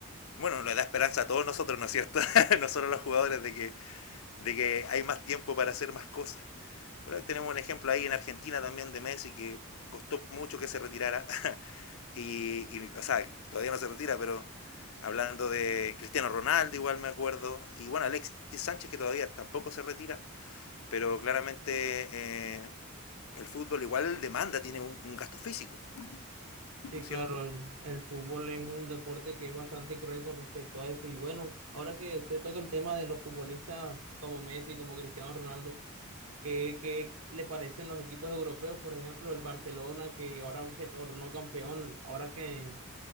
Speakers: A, on the left; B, on the right.
A: bueno, le da esperanza a todos nosotros, ¿no es cierto? <laughs> nosotros los jugadores de que, de que hay más tiempo para hacer más cosas. Bueno, tenemos un ejemplo ahí en Argentina también de Messi que costó mucho que se retirara. <laughs> y, y, o sea, todavía no se retira, pero hablando de Cristiano Ronaldo, igual me acuerdo. Y bueno, Alexis Sánchez que todavía tampoco se retira, pero claramente eh, el fútbol igual demanda, tiene un, un gasto físico, ¿no
B: Sí,
A: es
B: claro,
A: cierto?
B: el, el fútbol es un deporte que es bastante cruel con respecto a eso. Y bueno, ahora que usted toca el tema de los futbolistas como Messi, como Cristiano Ronaldo, ¿qué, qué le parecen los equipos europeos? Por ejemplo, el Barcelona, que ahora se coronó campeón, ahora que